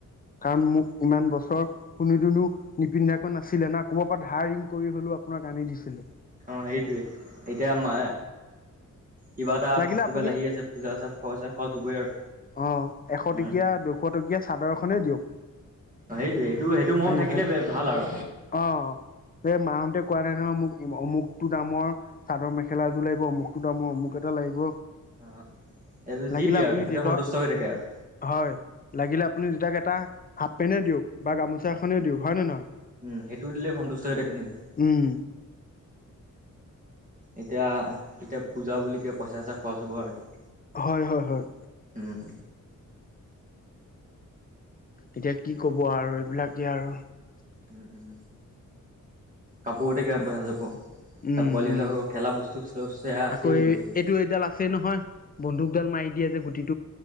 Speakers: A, on the left; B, on the right.
A: কাৰণ মোক ইমান বছৰ কোনো দুনো নিপিন্ধাকৈ নাছিলে না ক'ৰবাৰ পৰা ধাৰ ঋণ কৰি হলেও আপোনাক আনি দিছিলে।
B: অ সেইটোৱে এতিয়া মা কিবা এটা
A: লাগিলে
B: ফেষ্টিভেল
A: আপুনি
B: আহি আছে পূজা চা খৰচ হবই আৰু।
A: অঁ এশ
B: উম
A: টকীয়া, দুশ টকীয়া চাদৰখনেই দিয়ক
B: সেইটোৱে সেইটো সেইটো মৰম
A: হে
B: থাকিলে
A: হয়
B: ভাল আৰু
A: অ সেই মাহতে কোৱা নাই নহয় মোক অমুকটো দামৰ চাদৰ মেখেলাযোৰ লাগিব, অমুকটো দামৰ অমুক এটা লাগিব।
B: অ এইটো
A: লাগিলে
B: যি দিয়ে
A: আপুনি
B: আৰু সেইটোতে
A: দেউতাক
B: সন্তুষ্ট হৈ থাকে আৰু
A: হয় লাগিলে আপুনি দেউটাক এটা হাফ পেনে দিয়ক বা গামোচা এখনেই দিয়ক হয় নে নহয়?
B: উম সেইটো দিলে সন্তুষ্ট হৈ থাকে নিজে।
A: উম
B: এতিয়া এতিয়া পূজা বুলি কিয় পইচা চইচা খৰচ হব আৰু এতিয়া।
A: হয় হয় হয়।
B: উম
A: এতিয়া কি কব আৰু এইবিলাকে আৰু।
B: উম উম কাপোৰতে কিমান পইচা যাব।
A: উম
B: পোৱালী বিলাকৰ
A: উম
B: খেলা বস্তু চস্তুয়া আছেই
A: আকৌ
B: গোটেইখিনি
A: এইটো এইডাল আছেই নহয় বন্ন্দুকডাল মাৰি দিয় যে গুটিত